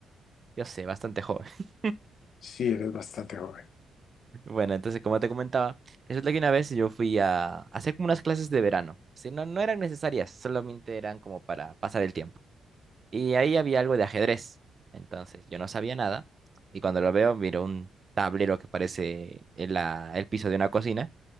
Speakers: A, on the right (about 35°); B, on the left (about 60°).
A: yo sé, bastante joven. <laughs>
B: sí, eres bastante joven.
A: Bueno, entonces como te comentaba, resulta que una vez yo fui a, hacer como unas clases de verano. Sí, no, no eran necesarias, solamente eran como para pasar el tiempo. Y ahí había algo de ajedrez, entonces yo no sabía nada y cuando lo veo miro un tablero que parece el, la- el piso de una cocina